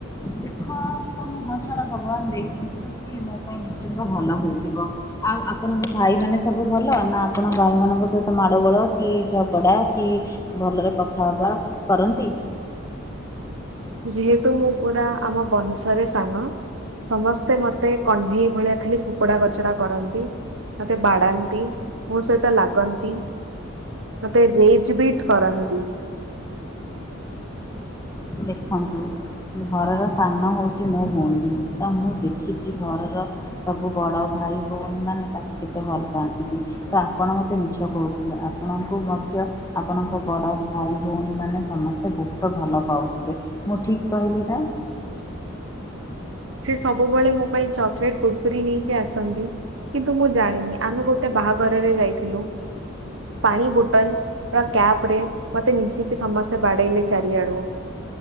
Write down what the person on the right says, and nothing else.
ଯେହେତୁ ମୁଁ ପୁରା ଆମ ବଂଶରେ ସାନ ସମସ୍ତେ ମତେ କଣ୍ଢେଇ ଭଳିଆ ଖାଲି ଫୋପଡା କଚଡା କରନ୍ତି। ମତେ ବାଡାନ୍ତି। ମୋ ସହିତ ଲାଗନ୍ତି। ମତେ ରେଜ୍ ବିଟ କରନ୍ତି।
ସେ ସବୁବେଳେ ମୋ ପାଇଁ ଚକଲେଟ୍ କୁର୍-କୁରି ନେଇକି ଆସନ୍ତି। କିନ୍ତୁ ମୁଁ ଜାଣିନି ଆମେ ଗୋଟେ ବାହାଘରରେ ଯାଇଥିଲୁ। ପାଣି ବୋଟଲ ବା କ୍ୟାପ ରେ ମତେ ମିଶି ସମସ୍ତେ ବାଡେଇଲେ ଚାରିଆଡୁ